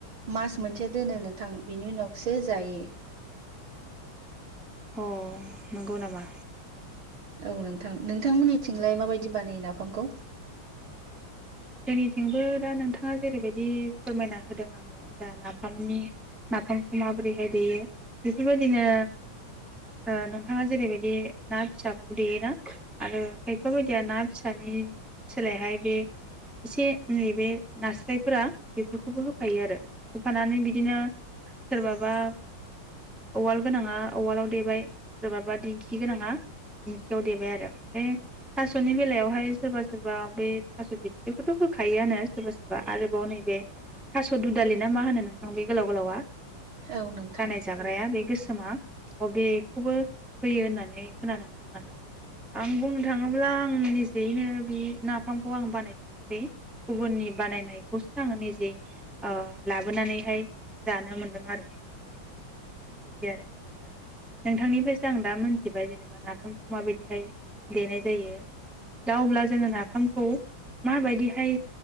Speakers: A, on the right; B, in the centre.
A: मास मोनसे <unintelligible> दोनो नोंथां बिनि उनावसो जो जायो
B: अ नंगौ नामा
A: औ नोंथां नोंथांमोननिथिंलाय माबायदि बानायो नाफामखौ
B: जोंनिथिंबो दा नोंथाङा जेरैबायदि फोरमायना होदों आंनो दा नाफामनि नामामखौ मा बोरैहायदि फोरबायदिनो ओ नोंथाङा जेरैबायदि ना फिसाखौ देयोना आरो खायफा बाय <unintelligible> ना फिसानि सोलायहाय बे इसे नैबे नास्रायफोरा बेफोरखौबो होफायो आरो होफानानै बिदिनो सोरबाबा उवाल गोनाङा उवालाव देबाय सोरबाबा दिंखि गोनाङा दिंखियाव देबाय आरो ओमफ्राय थासनि बेलायावहाय सोरबा सोरबा बे थास बिथ बेखौथ होखायोआनो सोरबा सोरबा आरोबाव नैबे थास दुदालि ना मा होनो नोंथां बे गोलाव गोलावा
A: औ नोंथां
B: दानाय जाग्राया बे गोसोमा अबेखौबो होयो होननानै खोनानो मोनदों आरो आं बुंनो थाङोब्ला आं निजेयैनो बे नाफामखौ आं बानाय <unintelligible> गुबुननि बानायनायखौसो आङो निजे ओ लाबोनानैहाय जानो मोनदों आरो <unintelligible> नोंथांनिफायसो आं दा मोनथिबाय जेनेबा नाफामखौ माबायदिहाय देनाय जायो दा अब्ला जोङो नाफामखौ माबायदिहाय